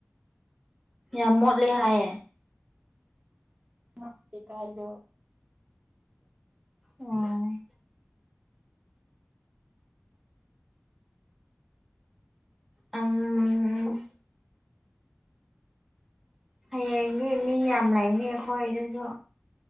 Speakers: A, in the centre; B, on the right.
A: ꯌꯥꯝ
B: ꯍꯥꯏ
A: ꯃꯣꯠꯂꯦ ꯍꯥꯏꯌꯦ
B: ꯃꯣꯏ ꯂꯩꯀꯥꯏꯗꯣ
A: ꯎꯝ ꯑꯝ ꯍꯌꯦꯡꯗꯤ ꯃꯤ ꯌꯥꯝ ꯂꯩꯅꯤ ꯑꯩꯈꯣꯏꯗꯁꯨ